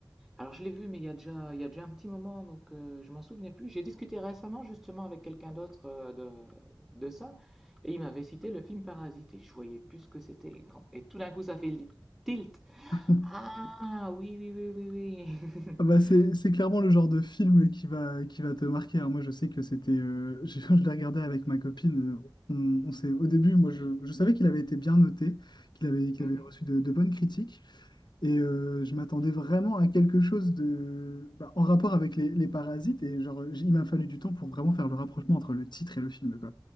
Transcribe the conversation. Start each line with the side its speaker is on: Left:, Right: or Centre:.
Centre: Alors je l'ai vu, mais il y a déjà, il y a déjà un petit moment, donc euh, je m'en souvenais plus. J'ai discuté récemment justement avec quelqu'un d'autre euh, de, de ça, et il m'avait cité le film Parasite, et je voyais plus ce que c'était. Et, quand- et tout d'un coup, ça fait le tilt.
Left: <laughs>
Centre: Ah oui, oui, oui, oui, oui.
Left: Ah
Centre: <laughs>
Left: bah c'est c'est clairement le genre de film qui va, qui va te marquer. Alors moi, je sais que c'était. euh, <laughs> j'ai- je l'ai regardé avec ma copine. euh, On, on s'est, au début, moi, je, je savais qu'il avait été bien noté, qu'il avait, qu'il
Centre: Mhm.
Left: avait reçu de, de bonnes critiques. Et euh, je m'attendais vraiment à quelque chose de, bah, en rapport avec les, les parasites. Et genre, j- il m'a fallu du temps pour vraiment faire le rapprochement entre le titre et le film, quoi.